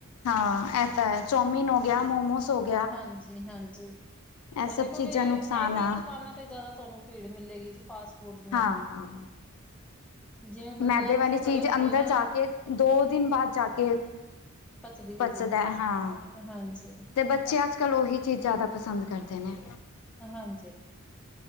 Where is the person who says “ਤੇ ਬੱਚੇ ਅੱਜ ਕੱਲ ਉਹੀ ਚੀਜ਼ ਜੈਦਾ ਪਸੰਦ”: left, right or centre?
Left